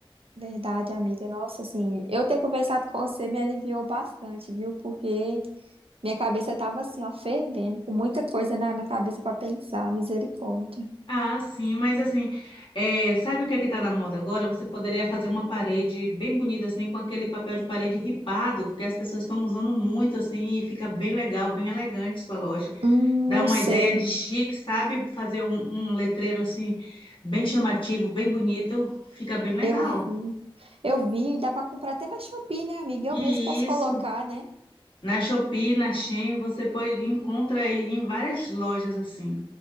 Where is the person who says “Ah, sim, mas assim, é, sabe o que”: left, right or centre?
Left